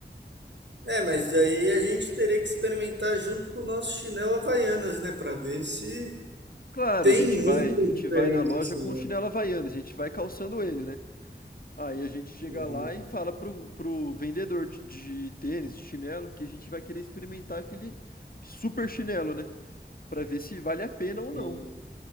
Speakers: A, on the right (about 85°); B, on the left (about 55°).
A: É, mas daí a gente teria que experimentar junto com o nosso chinelo Havaianas, né? Pra ver se
B: Claro,
A: Tem
B: a gente
A: muita
B: vai, a gente
A: diferença,
B: vai na loja
A: assim.
B: com o chinelo
A: né?
B: Havaianas, a gente vai calçando ele, né? Aí a gente chega
A: Uhum,
B: lá e fala pro, pro vendedor de, de tênis, de chinelo, que a gente vai querer experimentar aquele super chinelo, né? Pra ver se vale a pena ou
A: sim.
B: não.